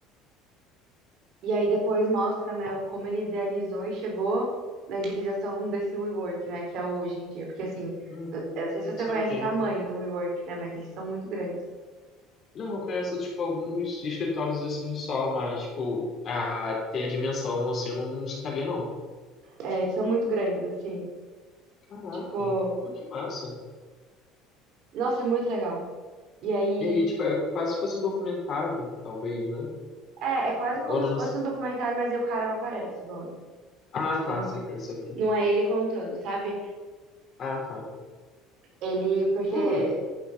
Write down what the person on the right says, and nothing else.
e aí depois mostra, né, como ele idealizou e chegou na idealização desse WeWork, né, que é hoje em dia. Porque, assim,
eu eu não sei se você
conhece o tamanho do WeWork, né, mas eles são muito grandes.
É, eles são muito grandes, assim.
Tipo,
Nossa, é muito legal. E aí.
É, é quase como
se
fosse um documentário, mas aí o cara não aparece, o dono.
Tipo,
não é ele contando, sabe?
Ele, porque